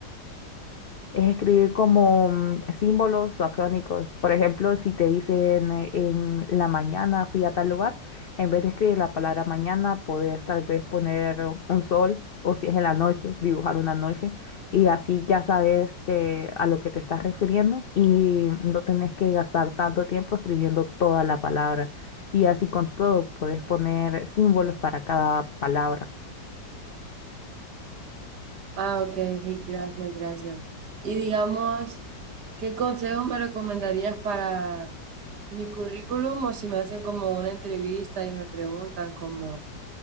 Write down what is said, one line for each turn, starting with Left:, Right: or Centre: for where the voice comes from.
Left: es escribir como mm, símbolos o acrónicos. Por ejemplo, si te dicen eh, en la mañana fui a tal lugar, en vez de escribir la palabra mañana, puedes tal vez poner un sol o si es en la noche, dibujar una noche y así ya sabes que a lo que te estás refiriendo y no tenés que gastar tanto tiempo escribiendo toda la palabra. Y así con todo, puedes poner símbolos para cada palabra.
Right: Ah, ok, gracias, gracias. Y digamos, ¿qué consejos me recomendarías para mi currículum o si me hacen como una entrevista y me preguntan como...